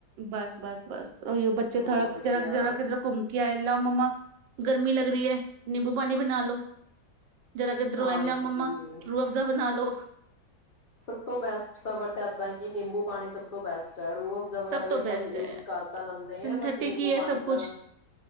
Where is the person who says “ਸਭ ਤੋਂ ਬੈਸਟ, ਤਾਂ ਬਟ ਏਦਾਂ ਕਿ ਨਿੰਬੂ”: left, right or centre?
Left